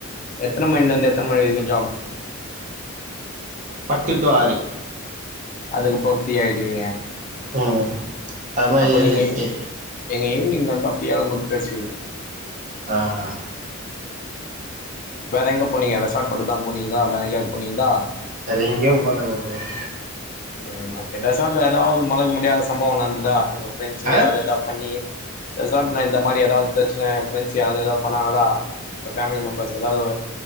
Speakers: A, on the left; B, on the right.
A: எத்தன மணிலந்து எத்தன மணி வ
B: பத்துட்டு ஆறு
A: அதுகப்பறோ ஃப்ரீ ஆயிடுவீங்க
B: ம் அது மாரி
A: அப்போ
B: ஏழு
A: நீங்க
B: எட்டு
A: எங்க ஈவினிங்லந்தா ஃப்ரீயா ஆகும் போது பேச
B: ஆஹ்
A: வேர எங்க போனீங்க ரெசார்ட் மட்டுதா போனீங்ளா வேர எங்யாது போனீங்களா
B: வெரெங்கியோ போல பிரதர்
A: உஹம் ஓகே ரெசாட்ல ஏதாவது மறக்க முடியாத சம்பவ நந்துதா உங் அதச்ச
B: ஆ
A: ஏதா பண்ணி ரெசாட் இந்த மாரி ஏதாது பிரச்சன ஃப்ரெண்ட்ஸ் யாரு ஏதா பண்ணாங்கலா உங்க ஃபேமிலி மெம்பர்ஸ் எதொ